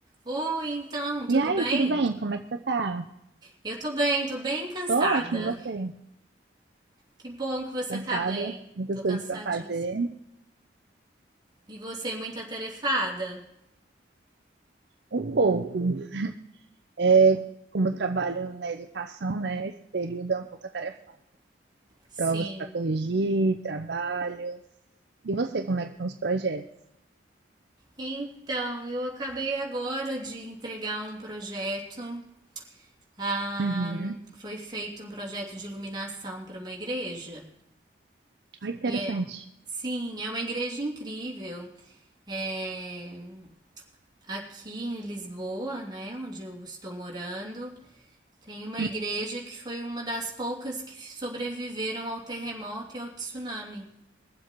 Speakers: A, on the right; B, on the right.
A: Oi, então, tudo
B: E aí,
A: bem?
B: tudo bem? Como é que você tá?
A: Eu tô bem, tô bem cansada.
B: Tô ótimo, e você?
A: Que bom que você
B: Cansada,
A: tá bem.
B: muitas
A: Tô
B: coisas
A: cansadíssima.
B: para fazer,
A: E você, muito atarefada?
B: um pouco. É, como eu trabalho na educação, né? Esse período é um pouco atarefado.
A: Sim.
B: Provas para corrigir, trabalhos. E você, como é que estão os projetos?
A: Então, eu acabei agora de entregar um projeto. Ah,
B: Uhum.
A: foi feito um projeto de iluminação para uma igreja.
B: Ai, que interessante.
A: E é, sim, é uma igreja incrível. É, Aqui em Lisboa, né, onde eu estou morando, tem uma
B: Hum.
A: igreja que foi uma das poucas que sobreviveram ao terremoto e ao tsunami